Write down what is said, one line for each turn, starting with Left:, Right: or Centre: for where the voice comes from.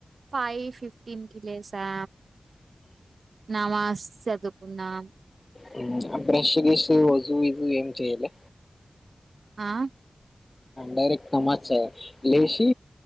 Right: ఫైవ్ ఫిఫ్టీన్ కి లేసా నమాజ్ చదువుకున్నా
Left: <inaudible> బ్రష్ గిషూ అజుం ఇజుం ఏం చెయలె
Right: ఆ
Left: డైరెక్ట్ నమాచ లేషి